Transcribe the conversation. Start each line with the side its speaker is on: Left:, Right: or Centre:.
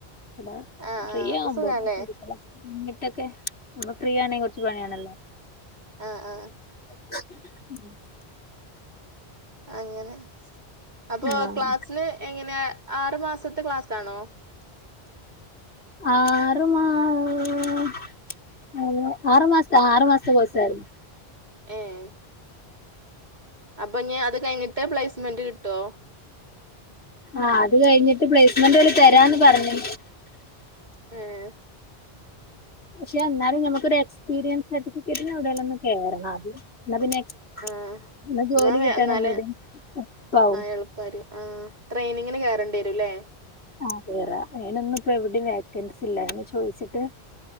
Left: എവിടെ
Right: ആ
Left: ഫ്രീ
Right: ആ അപ്പൊ
Left: ആവുമ്പോ
Right: സുഖാല്ലേ
Left: എന്നിട്ടൊക്കെ. നമ്മൾ ഫ്രീ ആണേൽ കുറച്ചു പണിയണല്ലേ?
Right: ആഹ് ആഹ.
Left: ഉ <inaudible>
Right: അങ്ങനെ അപ്പോ
Left: ആഹ്
Right: ക്ലാസിന് എങ്ങനെയ ആറു മാസത്തെ ക്ലാസ് ആണോ?
Left: ആറ് മാസം ഹ ആറ് മാസത്തെ കോഴ്സായിരുന്നു.
Right: ഏഹ അപ്പൊ ഇനി അതു കഴിഞ്ഞിട്ട് പ്ലേസ്മെന്റ് കിട്ടോ?
Left: ആഹ അത് കഴിഞ്ഞിട്ട് പ്ലേസ്മെൻ്റോല് തരാന്ന് പറഞ്ഞു
Right: ഏഹ
Left: പക്ഷെ എന്നാലും നമുക്കൊരു എക്സ്പീരിയൻ സർട്ടിഫിക്കറ്റിനു എവിടെയെങ്കിലും ഒന്ന് കേറണം. ഫസ്റ്റ് ന്നാ പിന്നെ
Right: ആ
Left: എന്നാ ജോലി
Right: ന്ന വേഗം
Left: കിട്ടാൻ
Right: നല്ല
Left: ഒന്നൂടി എളുപ്പാവും
Right: എളുപ്പംമായിരിക്കും ട്രെയിനിങ്ങിന് ഉണ്ട് ലെ
Left: ആ കേറാം അതിനു ഇപ്പോ എവിടെയും വേക്കൻസി ഇല്ല ചോദിച്ചിട്ട്